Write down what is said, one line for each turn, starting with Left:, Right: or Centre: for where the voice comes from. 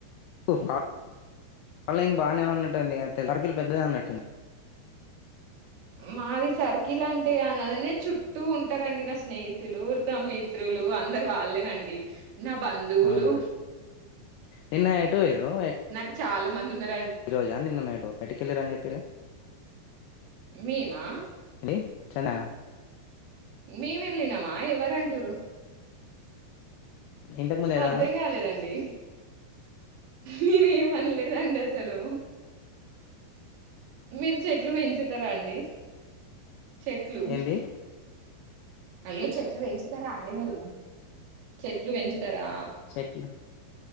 Left: ఫాలోయింగ్ బానే ఉన్నట్టుంది గా సర్కిల్ పెద్దదే ఉన్నట్టుంది
Right: మాది సర్కిల్ అంటే అ నేను చుట్టూ ఉంటారండి నా స్నేహితులు నా మిత్రులు అందరు వాళ్ళేనండి నా బంధువులు
Left: అవునా నిన్న ఎటు పోయిరు
Right: నాకు చాలా మంది ఉనర్
Left: ఈ రోజా నిన్న నైటో బయటికెళ్ళిరు అని చెప్పిరు
Right: మేమా
Left: అండి చెన్ననా
Right: మేము వెళ్ళినమా ఎవరంటరు
Left: ఇంతకు ముందు ఏదో
Right: అర్ధం
Left: అన్నారు
Right: కాలేదండి నేనేమన్లేదండి అసలు మీరు చెట్లు పెంచుతారా అండి చెట్లు
Left: ఏంది
Right: మలి చెట్లు పెంచుతారా అండి మీరు చెట్లు పెంచు తరా
Left: చెట్లు